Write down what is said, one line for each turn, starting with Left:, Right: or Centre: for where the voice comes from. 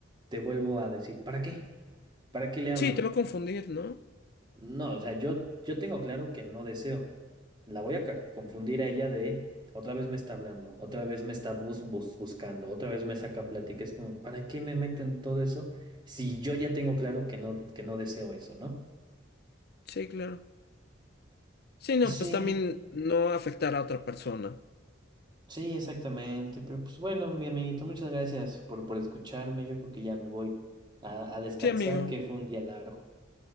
Right: te vuelvo a decir, ¿para qué? ¿Para qué le hablo?
Left: Sí, te va a confundir, ¿no?
Right: No, o sea, yo, yo tengo claro que no deseo. La voy a ca- confundir a ella de otra vez me está hablando, otra vez me está bus, bus- buscando, otra vez me saca plática. Es como, ¿para qué me meto en todo eso si yo ya tengo claro que no, que no deseo eso, ¿no?
Left: Sí, claro. Sí, no,
Right: Sí,
Left: pues también no afectar a otra persona.
Right: sí, exactamente. Pero pues bueno, mi amiguito, muchas gracias por, por escucharme. Yo creo que ya me voy a, a descansar,
Left: Sí, amigo.
Right: que fue un día largo.